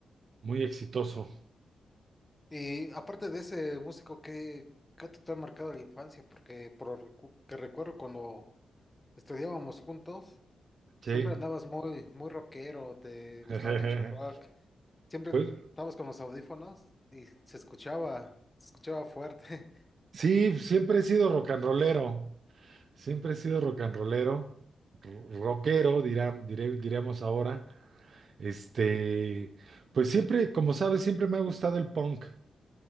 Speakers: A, on the right (about 60°); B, on the left (about 15°).
A: muy exitoso.
B: Y aparte de ese músico, ¿qué, qué otro te ha marcado la infancia? Porque por lo recu- que recuerdo cuando estudiábamos juntos,
A: Sí.
B: siempre andabas muy, muy rockero, te gustaba
A: <laughs>
B: mucho el rock. Siempre
A: Pues
B: estabas con los audífonos y se escuchaba, se escuchaba fuerte. <laughs>
A: sí, siempre he sido rock and rollero. Siempre he sido rock and rollero. ro- Rockero, dirán, diré- diríamos ahora. Este, pues siempre, como sabes, siempre me ha gustado el punk.